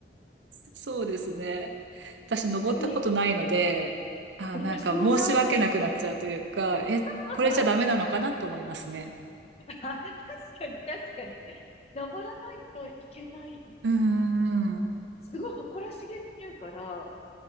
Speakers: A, on the right; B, on the left.
A: そうですね。私、登ったことないので、
B: でに、
A: あー、
B: 私もない。
A: なんか申し訳なくなっちゃうというか、え、
B: <laughs>
A: これじゃダメなのかなと思いますね。
B: あ確かに、確かに。登らないといけない。
A: うーん。
B: すごい誇らしげに言うから、